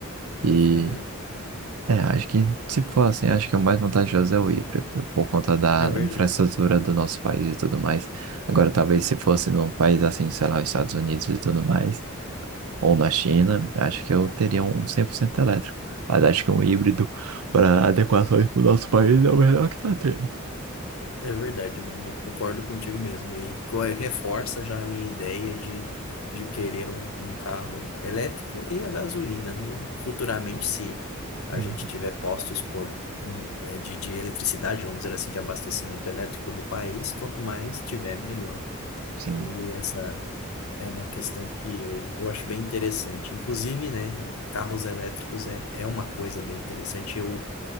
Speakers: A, on the right; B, on the left.
A: E
B: uhum,
A: é, acho que, se for assim, acho que o mais vantajoso é o híbrido, por conta da
B: é verdade.
A: infraestrutura do nosso país e tudo mais. Agora, talvez se fosse num país assim, sei lá, os Estados Unidos e tudo mais, ou na China, acho que eu teria um 100% elétrico. Mas acho que um híbrido para adequações para o nosso país é o melhor que está tendo.
B: É verdade, mano. Eu concordo contigo mesmo. E co- é, reforça já a minha ideia de, de querer um, um carro elétrico e a gasolina, né? E futuramente, se a
A: Hum,
B: gente tiver postos por, hum, é, de, de eletricidade, vamos dizer assim, de abastecimento elétrico no país, quanto mais tiver, melhor.
A: Sim.
B: E essa é uma questão que eu, eu acho bem interessante. Inclusive, né? Carros elétricos é, é uma coisa bem interessante. Eu,